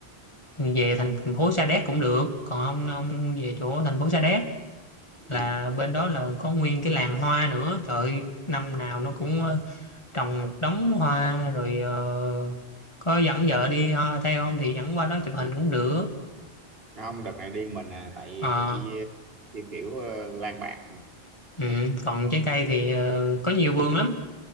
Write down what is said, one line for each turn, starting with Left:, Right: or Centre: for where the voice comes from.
Left: về thành phố Sa Đéc cũng được còn ông ông về chỗ thành phố Sa Đéc là
Right: Ừ.
Left: bên đó là có nguyên cái làng hoa nữa trời ơi, năm nào nó cũng ờ, trồng một đống hoa rồi ờ, có dẫn vợ đi ờ, theo không thì dẫn qua đó chụp hình cũng được
Right: Không, đợt này đi mình à, tại
Left: Ờ
Right: đi theo kiểu ờ, lang bạc mà.
Left: Ừ, còn trái cây thì ờ, có nhiều vườn lắm